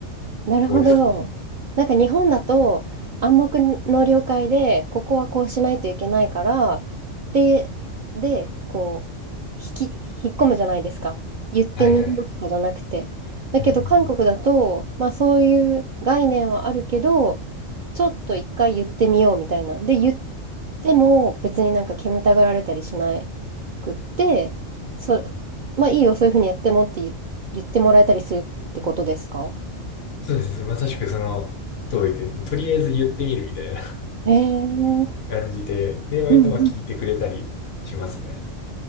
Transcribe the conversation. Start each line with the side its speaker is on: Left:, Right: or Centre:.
Right: なるほど。
Left: ところですかね。
Right: なんか日本だと暗黙の了解でここはこうしないといけないからで、でこう引き、引っ込むじゃないですか。言ってみようとかじゃなくて。
Left: はいはい。
Right: だけど韓国だと、
Left: うんうん
Right: まあ、そういう概念はあるけどちょっと一回言ってみようみたいな。で言っても別になんか煙たがられたりしなくってそ、まあいいよそういうふうにやってもって言、言ってもらえたりするってことですか
Left: そうです。まさしくその通りで、とりあえず言ってみるみたいな
Right: ええ
Left: <laughs> 感じで、<laughs> で、割とまあ聞いてくれたりしますね。
Right: うんうん。